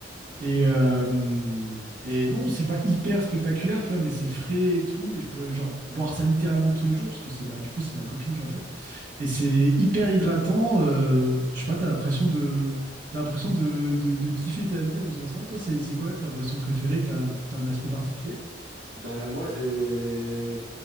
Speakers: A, on the right; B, on the right.
A: Et, euh, et non, c'est pas hyper spectaculaire, tu vois, mais c'est frais et tout. Et je pourrais, genre, boire ça littéralement tous les jours, parce que c'est, bah, du coup, c'est ma copine qui en fait. Et c'est hyper hydratant. euh, je sais pas, t'as l'impression de, t'as l'impression de, de, de kiffer ta vie en faisant ça. Toi, c'est, c'est quoi ta boisson préférée? T'as un, t'as un aspect particulier?
B: Ben moi j'ai